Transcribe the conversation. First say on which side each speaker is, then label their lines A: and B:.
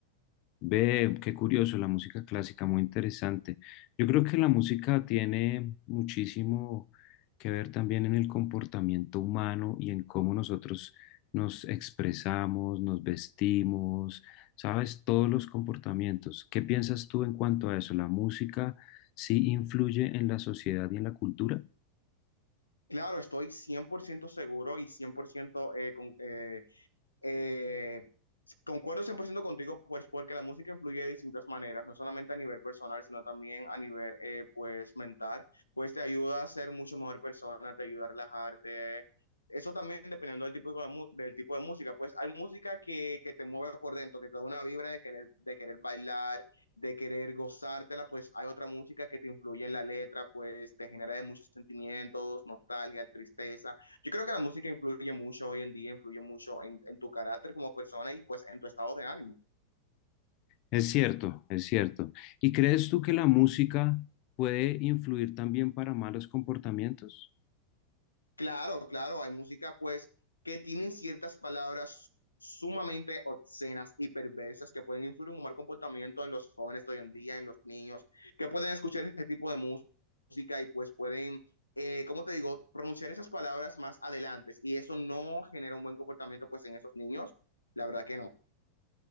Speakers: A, on the left (about 40°); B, on the left (about 85°).
A: Ve, qué curioso, la música clásica, muy interesante. Yo creo que la música tiene muchísimo que ver también en el comportamiento humano y en cómo nosotros nos expresamos, nos vestimos, sabes, todos los comportamientos. ¿Qué piensas tú en cuanto a eso? ¿La música sí influye en la sociedad y en la cultura?
B: Claro, estoy 100% seguro y 100% eh, con, eh, eh, Concuerdo 100% contigo, pues porque la música influye de distintas maneras, no solamente a nivel personal, sino también a nivel, eh, pues, mental, pues te ayuda a ser mucho mejor persona, te ayuda a relajarte. Eso también dependiendo del tipo de, mu- del tipo de música, pues hay música que, que te mueve por dentro, que te da una vibra de querer, de querer bailar, de querer gozártela, pues hay otra música que te influye en la letra, pues te genera de muchos sentimientos, nostalgia, tristeza. Yo creo que la música influye mucho hoy en día, influye mucho en, en tu carácter como persona y pues en tu estado de ánimo.
A: Es cierto, es cierto. ¿Y crees tú que la música puede influir también para malos comportamientos?
B: Claro, claro, hay música pues que tienen ciertas palabras sumamente obscenas y perversas que pueden influir en un mal comportamiento en los jóvenes de hoy en día, en los niños, que pueden escuchar este tipo de música y pues pueden, eh, ¿cómo te digo?, pronunciar esas palabras más adelante. Y eso no genera un buen comportamiento pues en esos niños, la verdad que no.